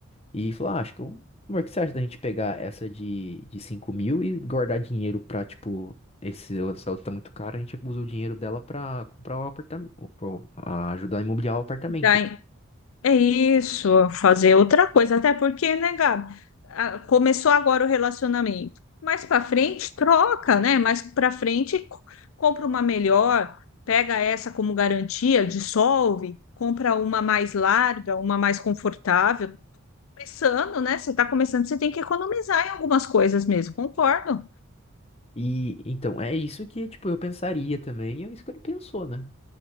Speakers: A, on the left; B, on the left.
A: E falou, ah, acho que, eu- amor, o que você acha da gente pegar essa de, de cinco mil e guardar dinheiro pra, tipo, esse, essa outra tá muito cara, a gente usa o dinheiro dela pra comprar o apartamento, ajudar a imobiliar o apartamento.
B: Dá, É isso, fazer outra coisa, até porque, né, Gabi, ah, começou agora o relacionamento. Mais para frente, troca, né? Mais para frente, co- compra uma melhor, pega essa como garantia, dissolve, compra uma mais larga, uma mais confortável. Começando, né? Você está começando, você tem que economizar em algumas coisas mesmo, concordo.
A: E, então, é isso que, tipo, eu pensaria também, e é isso que ele pensou, né?